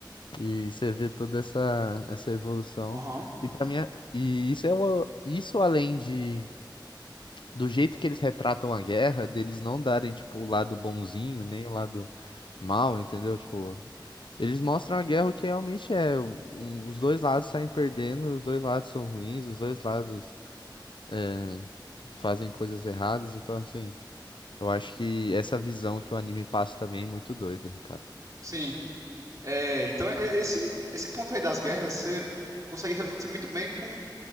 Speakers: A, on the left; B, on the right.
A: E você vê toda essa, essa evolução.
B: Aham.
A: E para mim, é- e isso é o, isso além de do jeito que eles retratam a guerra, deles não darem tipo o lado bonzinho, nem o lado mal, entendeu? Tipo, eles mostram a guerra o que realmente é, um- os dois lados saem perdendo, os dois lados são ruins, os dois lados é, fazem coisas erradas, então assim, eu acho que essa visão que o anime passa também é muito doida, cara.
B: Sim. É, então, é- é, esse, esse ponto aí das guerras, você consegue refletir muito bem com